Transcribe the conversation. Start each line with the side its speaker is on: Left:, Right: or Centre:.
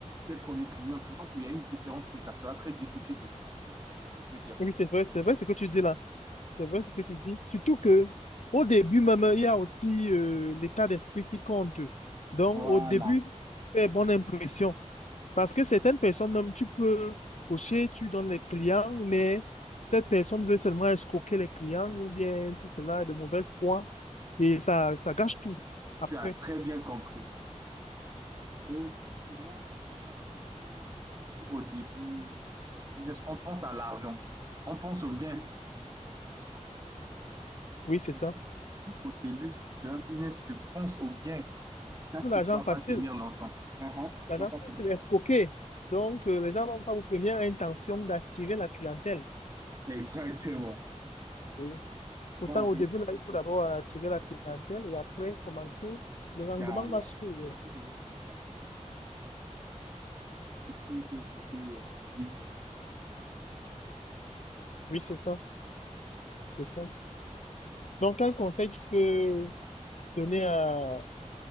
Right: ses premiers clients, tu vois qu'il y a une différence et ça sera très difficile de se lancer. Je peux dire,
Left: Oui, c'est vrai, c'est vrai ce que tu dis là. C'est vrai ce que tu dis. Surtout que au début même, il y a aussi euh, l'état d'esprit qui compte. Donc,
Right: voilà,
Left: au début, fais bonne impression. Parce que certaines personnes, même tu peux cocher, tu donnes les clients, mais cette personne veut seulement escroquer les clients ou bien tout cela est de mauvaise foi. Et ça, ça gâche tout après.
Right: tu as très bien compris. Mais aussi, tu vois, de rencontrer toujours au début du business, on pense à l'argent, on pense au gain.
Left: Oui, c'est
Right: Mais
Left: ça.
Right: si, si au début d'un business, tu penses au gain, sache
Left: Ou L'argent
Right: que tu ne vas
Left: facile,
Right: pas tenir l'ensemble. Mhm, Tu ne
Left: l'argent
Right: vas pas tenir.
Left: facile, escroquer.
Right: hein.
Left: Donc, euh, les gens n'ont pas aux premières intentions d'attirer la clientèle.
Right: Exactement.
Left: Oui. Autant
Right: Non, en
Left: au
Right: fait,
Left: début, là, il faut d'abord attirer la clientèle et après commencer, le rendement
Right: il y a, il
Left: va
Right: y a-
Left: suivre.
Right: il y a beaucoup de choses. Il y a beaucoup de choses à tenir en compte. Surtout ce côté euh, business.
Left: Oui, c'est ça. C'est ça. Donc, quel conseil tu peux donner à